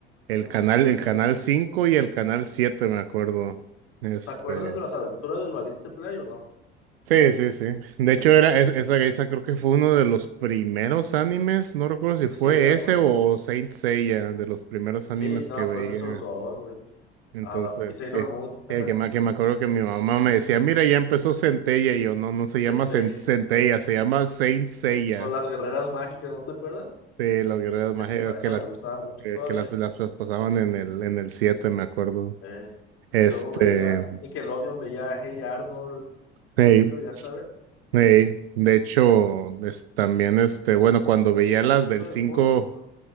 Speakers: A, on the right; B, on the left.
A: el
B: Ujú.
A: canal, el canal 5 y el canal 7, me acuerdo. Este...
B: ¿Te acuerdas de las aventuras del valiente Fly o no?
A: Sí, sí, sí. De hecho,
B: Está
A: era
B: chido.
A: es- esa, esa creo que fue uno de los primeros animes. No recuerdo si
B: Sí,
A: fue
B: a
A: ese
B: fuerza.
A: o Saint Seiya, de los primeros
B: Sí,
A: animes
B: no,
A: que veía.
B: pues esos dos, güey.
A: Entonces,
B: Ah, y Sailor
A: que,
B: Moon. <laughs>
A: que, que me, que me acuerdo que mi mamá me decía, mira, ya empezó Centella. Y yo, no, no se
B: Se
A: llama
B: te
A: Cen- Centella, se llama Saint Seiya.
B: O las guerreras mágicas, ¿no te acuerdas?
A: Sí, las guerreras mágicas
B: Esa, está, esa
A: que las
B: me gustaba mucho
A: que,
B: todavía.
A: que las, las, las pasaban en el en el siete me acuerdo.
B: Eh,
A: Este,
B: luego veía Nickelodeon, veía Hey Arnold. ¿Lo-
A: hey,
B: ¿Tú lo llegaste a ver?
A: hey. De hecho, es, también este, bueno, cuando veía
B: El
A: las
B: chico
A: del
B: del
A: 5
B: pórtico.